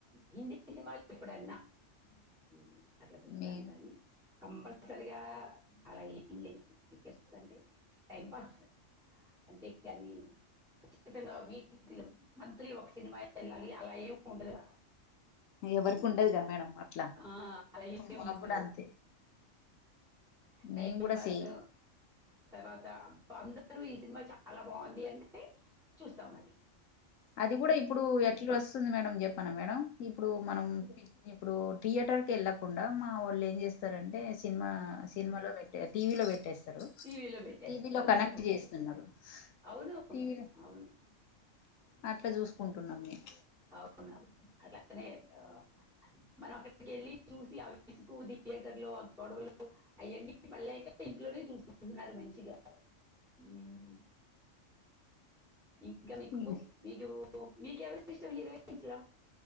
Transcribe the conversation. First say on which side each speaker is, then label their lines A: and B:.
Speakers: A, in the centre; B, on the left (about 80°).
A: హిందీ సినిమాలు ఎప్పుడన్నా ఊనిగా అట్ల చూస్తాం
B: మీ
A: గాని కంపల్సరిగా అలా ఏం లేదు పిక్చర్ అంటే టైంపాస్ అంతే కానీ ఖచ్చితంగా వీక్లో మంత్లీ ఒక సినిమా వెళ్ళాలి అలా ఏమి ఉండదు
B: ఎవరికి
A: ఉమ్,
B: ఉండదుగా
A: అలా
B: మేడ అట్లా
A: ఆ, అలా ఏం
B: మాకు
A: ఉండదు
B: కూడా అంతే మేం
A: టైం
B: కూడా
A: పాస్
B: సే
A: తర్వాత అందరూ ఈ సినిమా చాలా బాగుంది అంటే చూస్తాం అది
B: అది కూడా ఇప్పుడు ఎట్ల వస్తుంది మేడం చెప్పనా మేడం ఇప్పుడు మనం పి ఇప్పుడు థియేటర్ కెళ్ళకుండా మా వాళ్ళు ఏం చేస్తారంటే సినిమా సినిమాలో పెట్ టీవీలో పెట్టేస్ స్తరు.
A: టీవీలో పెట్టేస్తారు
B: టీవీలో కనెక్ట్
A: అవును
B: చేస్తున్నారు
A: అవును అవును
B: టీవిలో
A: అవును
B: అట్ల చూసుకుం కున్నాం మేము
A: అవునవును అద్ అట్నే చెప్పావ్ మనం అక్కడికి వెళ్ళి చూసి ఆ విసుగు థియేటర్లు ఆ గొడవలు అయన్నీ పల్లెక ఇంట్లోనే చూసుకుంటున్నారు మంచిగా మ్మ్ ఇన్ ఇంకా మీకు
B: మేము
A: మీకు ఓ మీకు ఎవరి ఇష్టం హీరోయిన్స్ లో